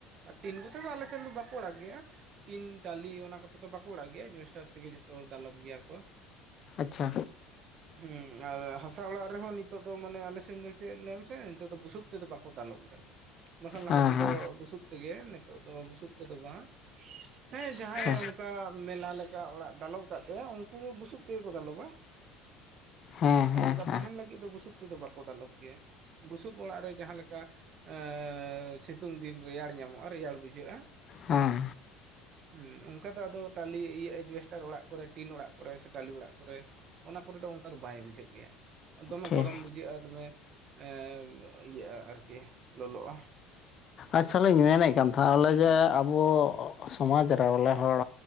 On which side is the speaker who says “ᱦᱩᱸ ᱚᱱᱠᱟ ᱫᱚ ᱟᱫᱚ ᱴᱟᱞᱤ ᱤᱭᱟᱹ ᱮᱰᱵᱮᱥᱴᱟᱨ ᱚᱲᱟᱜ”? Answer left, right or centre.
Right